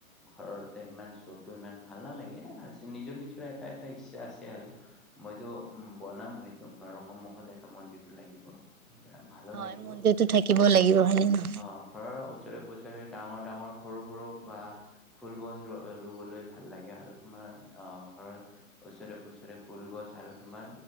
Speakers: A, in the centre; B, on the right.
A: ঘৰৰ এ ইমান শ্বটো ইমান ভাল নালাগে আৰু নিজৰ নিজৰ এটা এটা ইচ্ছা আছে আৰু মইতো বনাম সেইটো ঘৰৰ সন্মুখত এটা মন্দিৰটো লাগিব সেইকাৰণে ভালো
B: হয়
A: লাগিব
B: মন্দিৰতো
A: অ
B: থাকিব লাগিব হয় নে নহয়
A: ঘৰৰ ওচৰে পজৰে ডাঙৰ ডাঙৰ সৰু সৰু বা ফুল গছ ৰ ৰুবলৈ ভাল লাগে আৰু তোমাৰ অ ঘৰৰ ওচৰে পজৰে ফুল গছ আৰু তোমাৰ